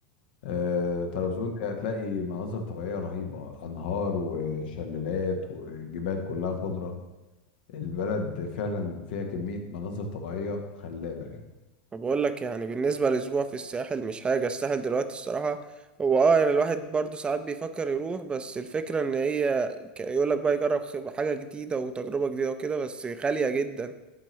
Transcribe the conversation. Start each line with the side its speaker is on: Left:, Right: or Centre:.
Left: آه طرابزون دي هتلاقي مناظر طبيعية رهيبة انهار وشلالات وجبال كلها خضرة البلد فعلا فيها كمية مناظر طبيعية خلابة يعني
Right: بقول لك يعني بالنسبة لأسبوع في الساحل مش حاجة الساحل دلوقتي الصراحة هو اه يعني الواحد برضه ساعات بيفكر يروح بس الفكرة ان هي يقول لك بقى يجرب خب- حاجة جديدة وتجربة جديدة وكده بس غالية جدا